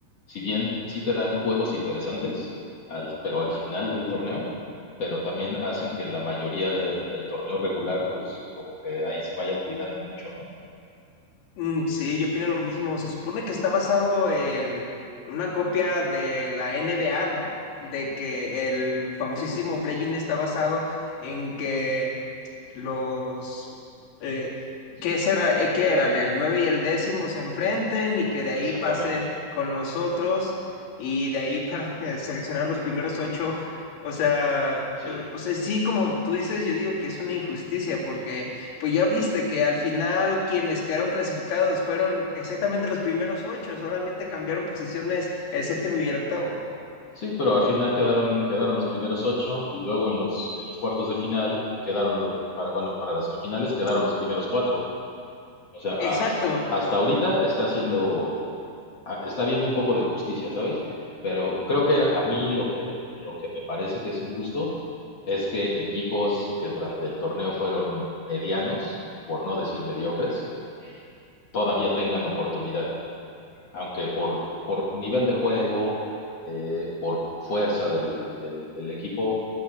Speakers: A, on the left; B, on the left.
A: si bien sí te dan juegos interesantes, al, pero al final del torneo, pero también hacen que la mayoría de- del torneo regular, pues como que ahí se vayan cuidando mucho, ¿no?
B: Mm, sí, yo opino lo mismo. Se supone que está basado en una copia de la NBA, ¿no? De que el famosísimo play-in está basado en que los eh, ¿qué será, eh, qué eran? El nueve y el décimo se enfrenten y que de ahí
A: Exactamente,
B: pasen con los otros y de ahí <laughs> para eh, seleccionar los primeros ocho. O sea,
A: sí.
B: eh, o sea, sí, como tú dices, yo digo que es una injusticia porque pues ya viste que al final quienes quedaron clasificados fueron exactamente los primeros ocho, solamente cambiaron posiciones el séptimo y el octavo.
A: Sí, pero al final quedaron, quedaron los primeros ocho y luego en los, en los cuartos de final quedaron los, para, bueno, para las semifinales quedaron los primeros cuatro. O sea, a-
B: Exacto,
A: has- hasta ahorita está haciendo, a- está viendo un poco de justicia, ¿sabes? Pero creo que a mí lo que, lo que me parece que es injusto es que equipos que durante el torneo fueron medianos, por no decir mediocres, todavía tengan oportunidad aunque por, por nivel de juego, eh, por fuerza del, del- del equipo,